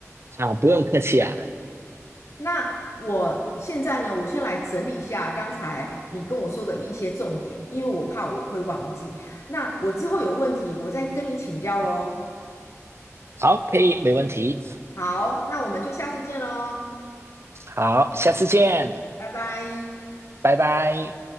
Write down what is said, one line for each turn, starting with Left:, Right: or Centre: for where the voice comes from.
Right: 啊，不用客气啊。
Left: 那我现在呢，我先来整理一下刚才你跟我说的一些重点，因为我怕我会忘记。那我之后有问题，我再跟你请教喽。
Right: 好，可以，没问题。
Left: 好，那我们就下次见喽。
Right: 好，下次见，
Left: 拜拜。
Right: 拜拜。